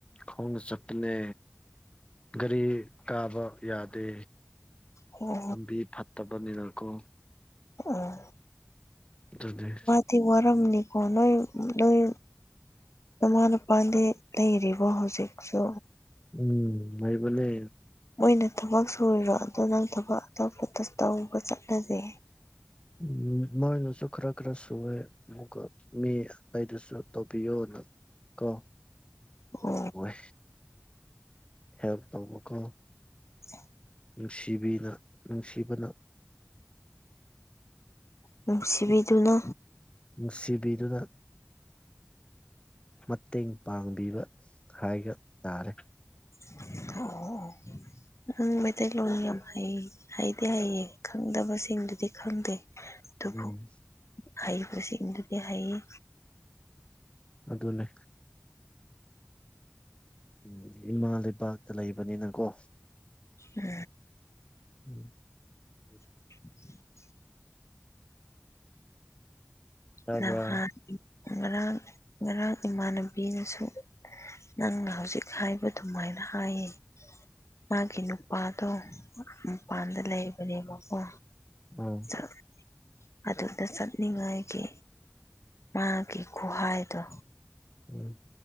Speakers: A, on the left; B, on the left.
A: ꯈꯣꯡꯅ ꯆꯠꯄꯅꯦ ꯒꯥꯔꯤ ꯀꯥꯕ ꯌꯥꯗꯦ
B: ꯑꯣ
A: ꯂꯝꯕꯤ ꯐꯠꯇꯕꯅꯤꯅꯀꯣ
B: ꯑꯥ
A: ꯑꯗꯨꯅꯦ
B: ꯗꯤ ꯋꯥꯔꯝꯅꯤꯀꯣ ꯅꯣꯏ ꯅꯣꯏ ꯅꯃꯥ ꯅꯄꯥꯗꯤ ꯂꯩꯔꯤꯕꯣ ꯍꯧꯖꯤꯛꯁꯨ
A: ꯎꯝ ꯂꯩꯕꯅꯦ
B: ꯃꯣꯏꯅ ꯊꯕꯛ ꯁꯨꯔꯤꯔꯣ ꯑꯗꯣ ꯅꯪ ꯊꯕꯛ ꯑꯇꯣꯞꯄ ꯇꯁ ꯇꯧꯕ ꯆꯠꯂꯖꯦ
A: ꯎꯝ ꯃꯣꯏꯅꯁꯨꯨ ꯈꯔꯈꯔ ꯁꯨꯋꯦ ꯑꯃꯨꯛꯀ ꯃꯤ ꯑꯇꯩꯗꯨꯁꯨ ꯇꯧꯕꯤꯌꯣꯅ ꯀꯣ
B: ꯑꯣ
A: ꯇꯧꯋꯦ ꯍꯦꯜꯄ ꯇꯧꯕꯥ ꯀꯣ
B: <inaudible>
A: ꯅꯨꯡꯁꯤꯕꯤꯅ ꯅꯨꯡꯁꯤꯕꯅ
B: ꯅꯨꯡꯁꯤꯕꯤꯗꯨꯅ
A: ꯅꯨꯡꯁꯤꯕꯤꯗꯨꯅ ꯃꯇꯦꯡ ꯄꯥꯡꯕꯤꯕ ꯍꯥꯏꯕ ꯇꯥꯔꯦ
B: ꯍꯣ ꯑꯣ ꯑꯣ ꯅꯪ ꯃꯩꯇꯩꯂꯣꯟ ꯌꯥꯝ ꯍꯩ ꯍꯩꯗꯤ ꯍꯩꯌꯦ ꯈꯪꯗꯕꯁꯤꯡꯗꯨꯗꯤ ꯈꯪꯗꯦ ꯑꯗꯨꯕꯨ
A: ꯎꯝ
B: ꯍꯩꯕꯁꯤꯡꯗꯨꯗꯤ ꯍꯩꯌꯦ
A: ꯑꯗꯨꯅꯦ ꯎꯝ ꯏꯃꯥ ꯂꯩꯕꯥꯛꯇ ꯂꯩꯕꯅꯤꯅꯀꯣ
B: ꯎꯝ
A: ꯎꯝ ꯑꯗꯨꯒꯤ__
B: ꯎ <inaudible>
A: ꯇꯥꯕ꯭ꯔꯥ
B: ꯅꯍꯥꯟ ꯏꯝ ꯉꯔꯥꯡ ꯉꯔꯥꯡ ꯏꯃꯥꯟꯅꯕꯤꯅꯁꯨ ꯅꯪꯅ ꯍꯧꯖꯤꯛ ꯍꯥꯏꯕ ꯑꯗꯨꯃꯥꯏꯅ ꯍꯥꯏꯌꯦ ꯃꯥꯒꯤ ꯅꯨꯄꯥꯗꯣ ꯎꯝ ꯃꯄꯥꯟꯗ ꯂꯩꯕꯅꯦꯕꯀꯣ
A: ꯎꯝ
B: ꯊꯣꯛ ꯑꯗꯨꯗ ꯆꯠꯅꯤꯡꯉꯥꯏꯒꯤ ꯃꯥꯒꯤ ꯈꯨꯍꯥꯏꯗꯣ
A: ꯎꯝ